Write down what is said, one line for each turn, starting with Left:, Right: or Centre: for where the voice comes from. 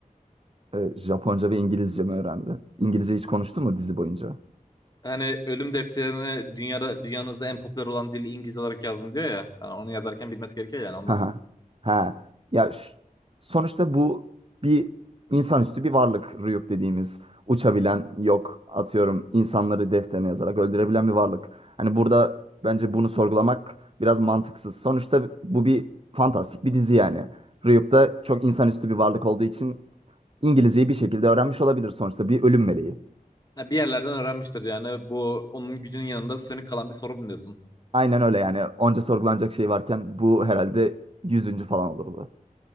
Right: Ee, Japonca ve İngilizce mi öğrendi? İngilizce hiç konuştu mu dizi boyunca?
Left: Hani ölüm defterini dünyada dünyanızda en popüler olan dil İngilizce olarak yazdım diyor ya. Yani onu yazarken bilmesi gerekiyor yani ondan.
Right: Ha. Ha. Ha. Ya ş- sonuçta bu bir insanüstü bir varlık Ryuk dediğimiz. Uçabilen yok atıyorum insanları defterine yazarak öldürebilen bir varlık. Hani burada bence bunu sorgulamak biraz mantıksız. Sonuçta bu bir fantastik bir dizi yani. Ryuk da çok insanüstü bir varlık olduğu için İngilizceyi bir şekilde öğrenmiş olabilir sonuçta bir ölüm meleği.
Left: Ha, Bir yerlerden öğrenmiştir yani. Bu onun gücünün yanında sönük kalan bir sorun diyorsun.
Right: Aynen öyle yani onca sorgulanacak şey varken bu herhalde yüzüncü falan olurdu.